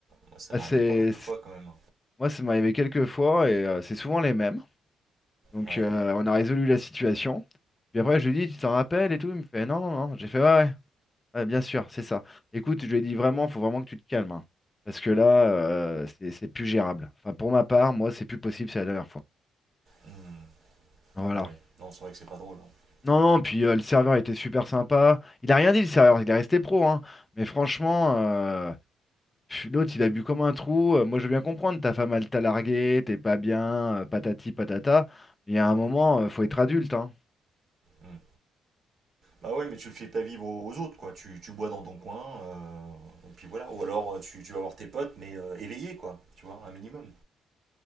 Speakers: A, on the right; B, on the left.
A: moi ça
B: Bah,
A: m'arrivait
B: c'est,
A: pas mal de
B: c'est-
A: fois quand même.
B: moi ça m'est arrivé quelques fois et euh, c'est souvent les mêmes. Donc
A: Ouais.
B: euh, on a résolu la situation. Puis après je lui ai dit, tu t'en rappelles et tout. Il me fait, non, non, non. J'ai fait, ouais, ouais, ouais, bien sûr, c'est ça. Écoute, je lui ai dit vraiment, faut vraiment que tu te calmes, hein. Parce que là, euh, c'est c'est plus gérable. Enfin, pour ma part, moi c'est plus possible, c'est la dernière fois.
A: Mhm.
B: Voilà.
A: Bah oui, non, c'est vrai que c'est pas drôle. hein.
B: Non,
A: Ouais.
B: non, puis euh, le serveur était super sympa. Il a rien dit, le serveur, il est resté pro, hein. Mais franchement, euh, Pff, L'autre, il a bu comme un trou. Euh, Moi, je veux bien comprendre, ta femme, elle t'a largué, t'es pas bien, euh, patati patata. Mais il y a un moment, euh, faut être adulte, hein.
A: Mm. Bah ouais, mais tu le fais pas vivre aux, aux autres, quoi. Tu, tu bois dans ton coin, euh, et puis voilà. Ou alors euh, tu, tu vas voir tes potes, mais euh, éveillés, quoi. Tu vois, un minimum.